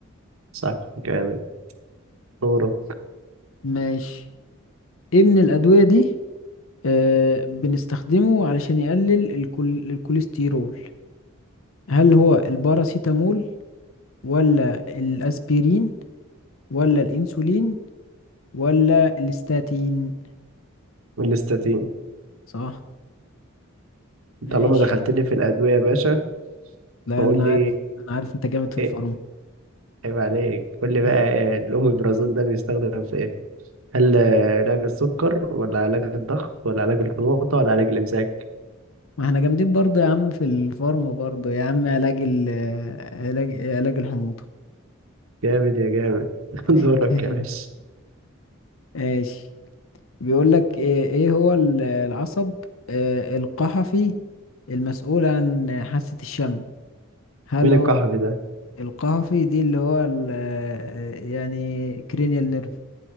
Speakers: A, on the right; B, on the left.
A: صح جامد دورك
B: ماشي إيه من الأدوية دي آه بنستخدمه علشان يقلل الكل الكوليسترول هل هو الباراسيتامول ولا الأسبرين ولا الانسولين ولا الاستاتين
A: الاستاتين
B: صح ماشي
A: طالما دخلت لي في الأدوية يا باشا
B: لا
A: فقول
B: انا
A: لي
B: عارف انا عارف انت جامد في
A: إيه,
B: الفارما
A: عيب عليك قول لي
B: <laughs>
A: بقى آه، الأوميبرازول ده بيستخدم في إيه؟ هل آه، علاج السكر ولا علاج الضغط ولا علاج الحموضة ولا علاج الإمساك؟
B: ما احنا جامدين برضه يا عم في الفارما برضه يا عم علاج ال علاج علاج الحموضة
A: جامد يا جامد <laughs>
B: <laughs>
A: دورك يا باشا
B: ماشي بيقول لك ايه إيه هو ال- العصب آه، القحفي المسؤول عن حاسة الشم هل
A: مين
B: هو
A: الكحف ده؟
B: القحفي دي اللي هو ال- آه، يعني cranial nerve